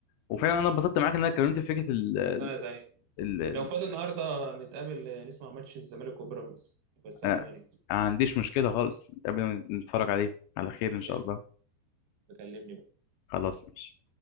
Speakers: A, on the left (about 85°); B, on the right (about 70°).
A: وفعلا انا اتبسطت معاك ان انا اتكلمت في فكره ال
B: بس أنا زي
A: ال ال
B: لو فاضي النهارده نتقابل نسمع ماتش الزمالك وبيراميدز يبقى الساعة
A: انا
B: 8
A: ما عنديش مشكله خالص قبل ما نتفرج عليه على خير ان شاء
B: قشطة
A: الله
B: بكلمني بقى
A: خلاص ماشي